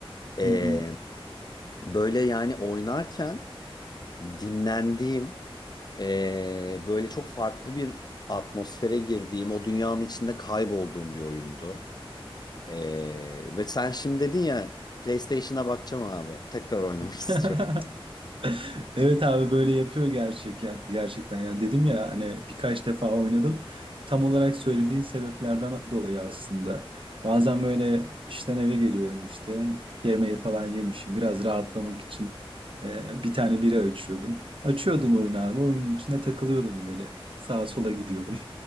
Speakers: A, on the left (about 45°); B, on the right (about 60°).
A: E,
B: Hı hı.
A: böyle yani oynarken dinlendiğim, eee, böyle çok farklı bir atmosfere girdiğim, o dünyanın içinde kaybolduğum bir oyundu. Eee, ve sen şimdi dedin ya PlayStation'a bakacağım abi. Tekrar oynamak
B: <laughs>
A: <laughs> istiyorum.
B: <laughs> Evet abi böyle yapıyor gerçek ya, gerçekten. Yani dedim ya hani birkaç defa oynadım. Tam olarak söylediğin sebeplerden dolayı aslında. Bazen böyle işten eve geliyorum işte. Yemeği falan yemişim. Biraz rahatlamak için e, bir tane bira açıyordum. Açıyordum oyunu abi. Oyunun içinde takılıyordum öyle. Sağa sola gidiyordum.